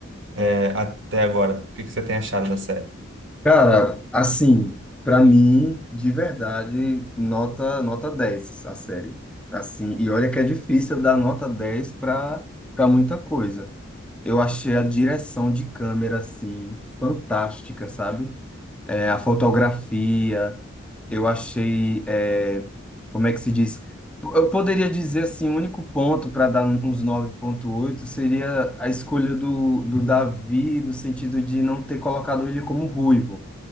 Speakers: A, on the right; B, in the centre.
A: é, até agora? O que que você tem achado da série?
B: Cara, assim, pra mim, de verdade, nota nota 10 a série. Assim, e olha que é difícil dar nota 10 pra para muita coisa. Eu achei a direção de câmera assim fantástica, sabe? é, a fotografia, eu achei, é, como é que se diz? Eu poderia dizer assim, o único ponto para dar uns nove ponto oito seria a escolha do, do Davi, no sentido de não ter colocado ele como ruivo,